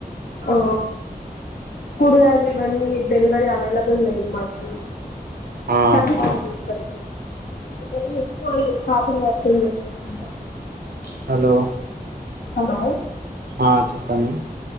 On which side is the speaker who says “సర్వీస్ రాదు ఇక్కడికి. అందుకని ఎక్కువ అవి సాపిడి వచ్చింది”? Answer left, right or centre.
Left